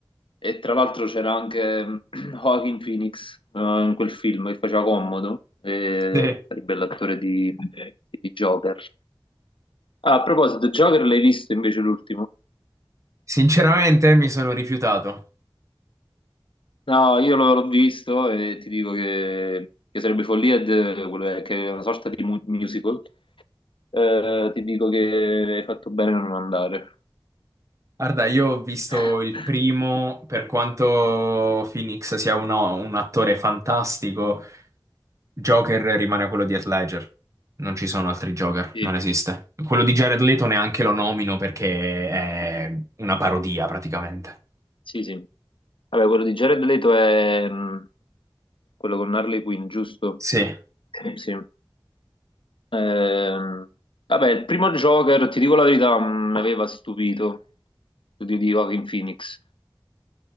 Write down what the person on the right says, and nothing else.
Sì.
Sinceramente mi sono rifiutato.
Guarda, io ho visto
il primo, per quanto Phoenix sia uno- un attore fantastico, Joker rimane quello di Heath Ledger. Non ci sono altri Joker,
non esiste. Quello di Jared Leto neanche lo nomino perché è una parodia praticamente.
Sì.